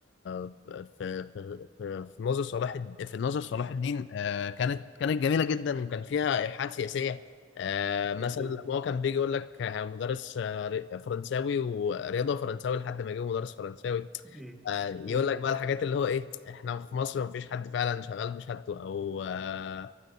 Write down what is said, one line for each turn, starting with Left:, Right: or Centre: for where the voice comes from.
Left: في في في, في ناظر صلاح الد- في ناظر صلاح الدين آه كانت كانت جميله جدا وكان فيها ايحاءات سياسيه آه مثلا
Centre: بالظبط
Left: لما هو كان بيجي يقول لك آه، مدرس آه، فرنساوي ورياضه فرنساوي لحد ما جه مدرس فرنساوي
Centre: مم.
Left: آه، يقول
Centre: مم.
Left: لك بقى الحاجات اللي هو ايه احنا في مصر مفيش حد فعلا شغال بشهادته او آه،